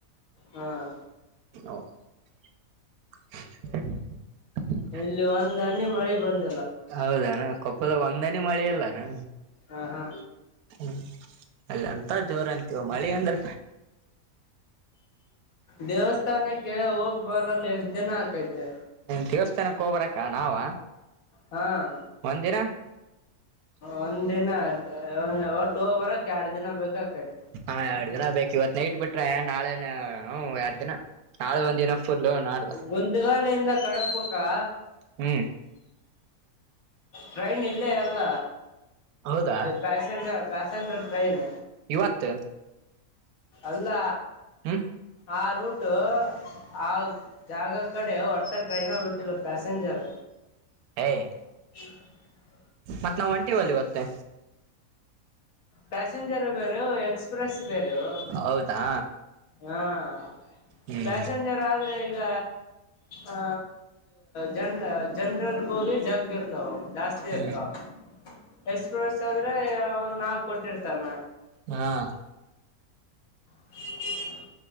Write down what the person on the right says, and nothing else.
<inaudible> <unintelligible> ಹ್ಮ್
ಹೌದಣ್ಣ ಕೊಪ್ಪದ ಒಂದ್ ಹನಿ ಮಳೆ ಇಲ್ಲನಾ
ಹ್ಮ್ ಅಲ್ಲಂತ ಜೋರ್ ಅಂತಿಯು ಮಳೆ ಅಂದ್ರ
ದೇವಸ್ಥಾನಕ್ಕೆ ಹೋಗ್ಬರಕ್ಕ ನಾವ
ಒಂದ್ ದಿನ
ಹಾ ಎರಡು ದಿನ ಬೇಕ್ ಇವತ್ತು ನೈಟ್ ಬಿಟ್ರೆ ನಾಳೆ ಎರಡ್ ದಿನ ನಾಳೆ ಒಂದ ದಿನ ಫುಲ್ ನಾಡ್ದ
ಹ್ಮ್
ಹೌದಾ
ಇವತ್ತು
ಹ್ಮ
ಏಯ್
ಮತ್ ನಾವ್ ಒಂಟಿ ಒಲಿ ಇವತ್ತೆ
ಹೌದಾ
ಹ್ಮ್
ಹ್ಮ್
ಹಾಂ